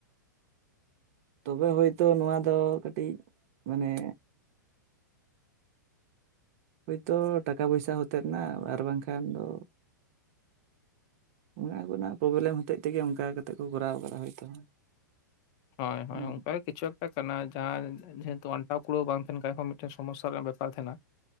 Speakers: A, on the right (about 50°); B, on the left (about 40°).
A: ᱛᱚᱵᱮ ᱦᱚᱭᱛᱳ ᱱᱚᱣᱟ ᱫᱚ ᱠᱟᱹᱴᱤᱡ ᱢᱟᱱᱮ ᱦᱳᱭᱛᱳ ᱴᱟᱠᱟ ᱯᱚᱭᱥᱟ ᱦᱚᱛᱮᱫ ᱮᱱᱟ ᱟᱨ ᱵᱟᱝᱠᱷᱟᱱ ᱫᱚ ᱚᱱᱟ ᱠᱚᱨᱮᱱᱟᱜ ᱯᱨᱚᱵᱞᱮᱢ ᱦᱚᱛᱮᱡ ᱛᱮᱜᱮ ᱚᱱᱠᱟ ᱠᱟᱛᱮᱮᱫ ᱠᱚ ᱠᱚᱨᱟᱣ ᱠᱟᱫᱟ ᱦᱳᱭᱛᱳ
B: ᱦᱳᱭ
A: ᱦᱮᱸ
B: ᱦᱳᱭ ᱚᱱᱠᱟᱜᱮ ᱠᱤᱪᱷᱩ ᱮᱠᱴᱟ ᱠᱟᱱᱟ ᱡᱟᱦᱟᱸ ᱡᱮᱛᱚ ᱟᱱ ᱠᱩᱲᱟᱹ ᱵᱟᱝ ᱛᱟᱦᱮᱱ ᱠᱷᱟᱡ ᱦᱚᱸ ᱢᱤᱫᱴᱮᱱ ᱥᱚᱢᱚᱥᱥᱟ ᱨᱮᱱᱟᱜ ᱵᱮᱯᱟᱨ ᱛᱟᱦᱮᱱᱟ